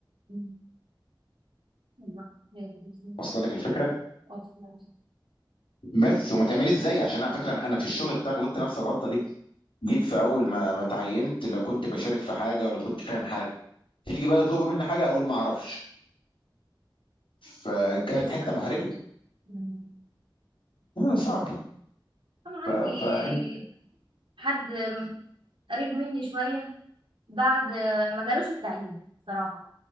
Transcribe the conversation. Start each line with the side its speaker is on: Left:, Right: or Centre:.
Right: مم. والله بسم الله
Left: واصله لك الفكره
Right: واصلة- واصلة.
Left: بس وما تعمليش زيي عشان على فكره انا أنا في الشغل بتاعي غلطت نفس الغلطه دي جيت في اول ما ما اتعينت لا كنت بشارك في حاجه ولا كنت فاهم حاجه تيجي بقى يطلبوا مني حاجه اقول ما اعرفش فكانت
Right: كنت لسه
Left: حته محرجه
Right: مم.
Left: آه، صعبه
Right: انا عندي
Left: ف- فانت
Right: حد قريب مني شويه بعد ما جالوش التعيين صراحه